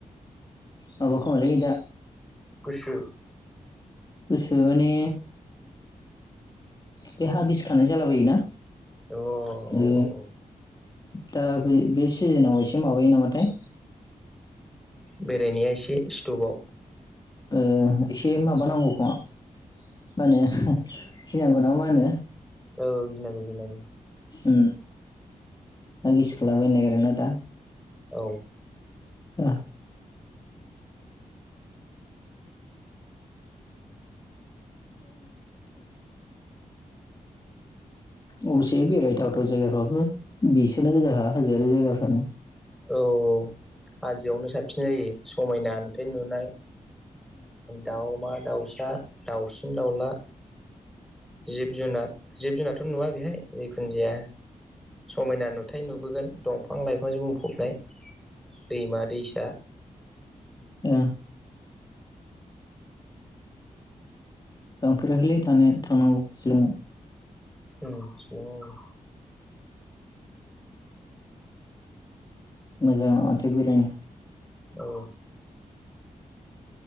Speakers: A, on the left; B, in the centre.
A: माबा खोमालै दा
B: गुसु
A: गुसु माने बे हा गिसिखानाय जालाबायोना
B: अ औ औ
A: ओ
B: औ
A: दा बे सिजोनाव एसे माबायो नामाथाय
B: बेरायनाया एसे स्टपाव
A: ओ एसे माबानांगौखौ मा होनो गिनांगौ नामा मा होनो।
B: औ गिनांगौ गिनांगौ।
A: ओम हा गिसिखाला बायनो नागिरो ना दा।
B: औ
A: ओ अबसे बेरायथावथाव जायगाफ्राबो बिसोरोनो गोजा हाजोर जायगाफ्रानो।
B: औ हाजोआवनो साबसिन जायो समायना नुथाइ नुनाय दाउमा दाउसा दाउसिन दाउला जिब जुनार जिब जुनारथ' नुवा बेहाय जिखुनु जाया समायना नु थाय‌ नुबोगासिनो दं दंफां लाइफांजों बुंफबनाय दैमा दैसा
A: ओम थांफेराखैलै थांनांगौ शिलंआव
B: ओम अ
A: मोजां माथो बेरायनो
B: औ